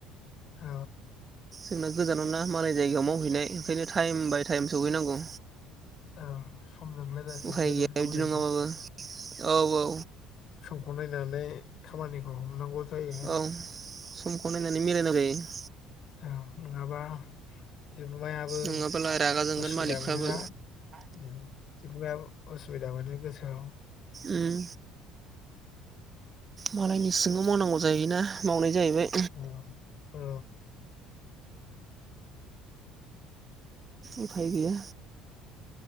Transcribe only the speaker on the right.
जोंना गोजानाव ना मालाय जायगायाव मावहैनाय ओंखायनो टाइम बाय टाइम सहैनांगौ।
उफाय
गैया बिदि
नङाबाबो
औ औ
औ <unintelligible>
नङाबोला रागा जोंगोन
मालिकफ्राबो
उम मालायनि सिङाव मावनांगौ जायोना मावनाय जाहैबाय
उफाय गैया